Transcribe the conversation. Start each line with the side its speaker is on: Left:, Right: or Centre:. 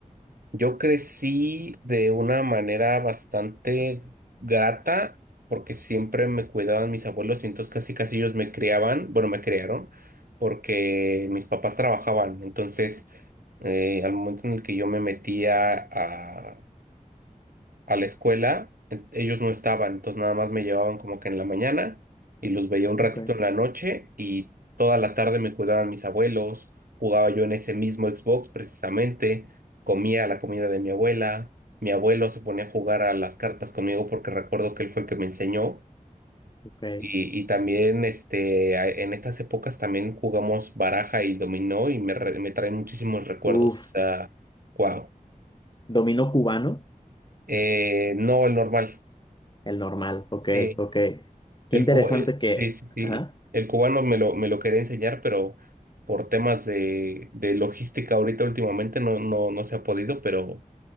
Right: Yo crecí de una manera bastante grata porque siempre me cuidaban mis abuelos y entonces casi casi ellos me criaban, bueno, me criaron porque mis papás trabajaban. Entonces, eh, al momento en el que yo me metía a, a la escuela, en- ellos no estaban, entonces nada más me llevaban como que en la mañana y los veía un ratito
Left: Ok,
Right: en la noche y toda la tarde me cuidaban mis abuelos, jugaba yo en ese mismo Xbox precisamente, comía la comida de mi abuela, mi abuelo se ponía a jugar a las cartas conmigo porque recuerdo que él fue el que me enseñó.
Left: ok.
Right: Y, y también este, a- en estas épocas también jugamos baraja y dominó y me, re- me traen muchísimos recuerdos.
Left: Uf,
Right: O sea, wow.
Left: dominó cubano,
Right: no, el normal.
Left: el normal, ok,
Right: Sí.
Left: ok. Qué
Right: El
Left: interesante
Right: cubo, el-
Left: que,
Right: sí, sí, sí.
Left: ajá,
Right: El cubano me lo, me lo quería enseñar, pero por temas de, de logística ahorita últimamente no, no, no se ha podido, pero